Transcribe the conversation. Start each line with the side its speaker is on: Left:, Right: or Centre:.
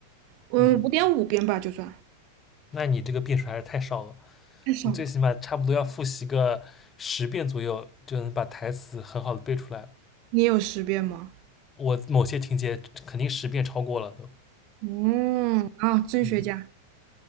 Right: 嗯，
Left: 嗯，
Right: 五点五遍吧，就算
Left: 那你这个遍数还是太少了。
Right: 太少了。
Left: 你最起码差不多要复习个十遍左右，就能把台词很好的背出来了。
Right: 你有十遍吗？
Left: 我某些情节肯定十遍超过了都。
Right: 嗯，啊，真学家。
Left: 嗯，